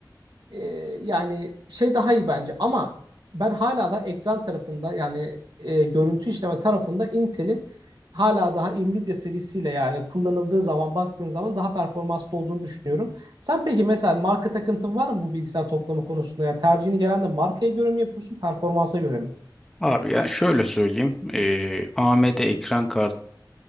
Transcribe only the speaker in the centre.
Abi ya şöyle söyleyeyim. Ee, AMD ekran kartı